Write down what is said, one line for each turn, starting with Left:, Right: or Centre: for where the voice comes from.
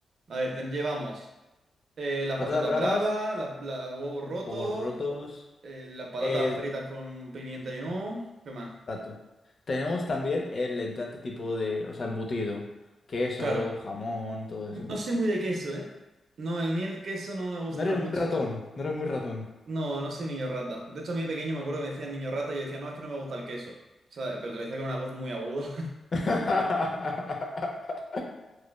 Right: A ver, te- llevamos eh, las
Left: Patatas
Right: patatas
Left: bravas,
Right: bravas, la, la- huevos rotos,
Left: huevos rotos.
Right: eh, las patatas
Left: Eh,
Right: fritas con pimienta y limón. ¿Qué más?
Left: exacto. Tenemos también el entrante tipo de, o sea, embutido. Queso,
Right: Claro.
Left: jamón, todo eso.
Right: No sé muy de queso, ¿eh? No, el miel queso no me gusta
Left: No eres
Right: mucho.
Left: muy ratón, no eres muy ratón.
Right: No, no soy niño rata. De hecho, a mí de pequeño me acuerdo que me decían niño rata y yo decía, no, es que no me gusta el queso. ¿Sabes? Pero te lo decía con una voz muy aguda.
Left: <laughs>